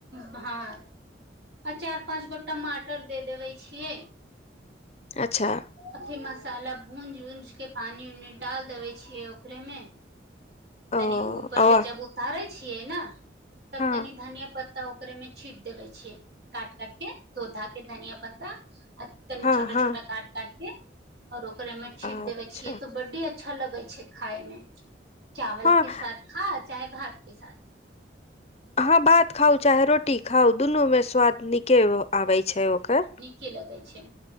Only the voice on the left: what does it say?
अच्छा
ओ
अ
हँ
हँ
हँ
अच्छा
हँ
हाँ भात खाउ चाहे रोटी खाउ दुनूमे स्वाद नीके आबै छै ओकर